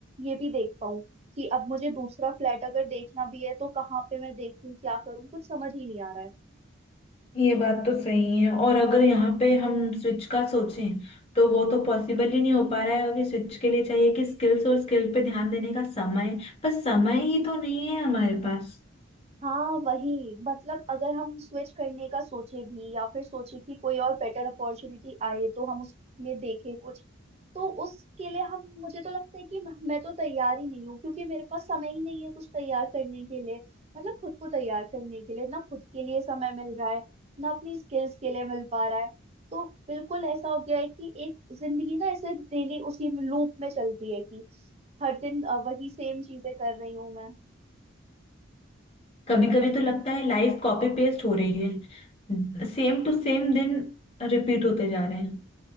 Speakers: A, on the right (about 30°); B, on the left (about 30°).
A: ये भी देख पाऊँ कि अब मुझे दूसरा फ्लैट अगर देखना भी है तो कहाँ पे मैं देखूँ क्या करूँ कुछ समझ ही नहीं आ रहा है
B: ये बात तो सही है और अगर यहाँ पे हम स्विच का सोचें तो वो तो पॉसिबल ही नहीं हो पा रहा है क्योंकि स्विच के लिए चाहिए कि स्किल्स और स्किल पे ध्यान देने का समय पर समय ही तो नहीं है हमारे पास
A: हाँ वही मतलब अगर हम स्विच करने का सोचे भी या फिर सोचे कि कोई और बेटर अपॉर्चुनिटी आए तो हम उसमें देखें कुछ तो उसके लिए हम मुझे तो लगता है कि म- मैं तो तैयार ही नहीं हूँ क्योंकि मेरे पास समय ही नहीं है कुछ तैयार करने के लिए मतलब खुद को तैयार करने के लिए ना खुद के लिए समय मिल रहा है ना अपनी स्किल्स के लिए मिल पा रहा है तो बिल्कुल ऐसा हो गया है कि एक जिंदगी ना ऐसे डेली उसी लूप में चलती है कि हर दिन अ, वही सेम चीजें कर रही हूँ मैं
B: कभी कभी तो लगता है लाइफ कॉपी पेस्ट हो रही है सेम टू सेम दिन रिपीट होते जा रहे हैं